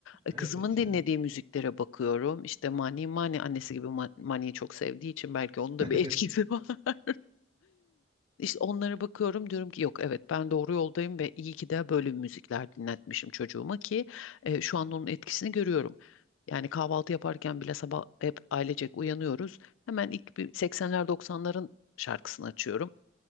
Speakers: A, on the left; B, on the right.
A: E,
B: Evet
A: kızımın dinlediği
B: ya.
A: müziklere bakıyorum. İşte Mani Mani annesi gibi Ma- Mani'yi çok sevdiği için belki onun da
B: <laughs>
A: bir etkisi <laughs> var. İşte onlara bakıyorum diyorum ki yok evet ben doğru yoldayım ve iyi ki de böyle müzikler dinletmişim çocuğuma ki e, şu an onun etkisini görüyorum. Yani kahvaltı yaparken bile sabah hep ailecek uyanıyoruz. Hemen ilk bir 80'ler 90'ların şarkısını açıyorum.